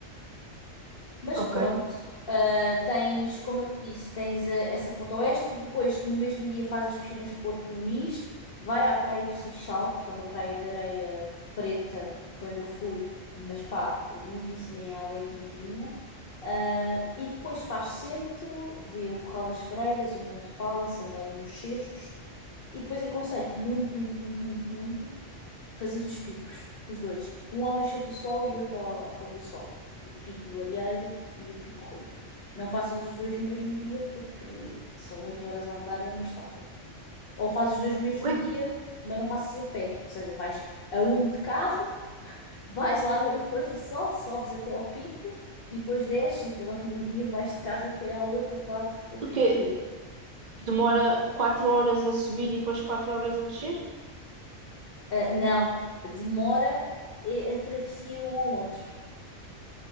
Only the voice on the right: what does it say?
Ok.
Ué,
o quê?
Demora 4 horas a subir e depois 4 horas a descer?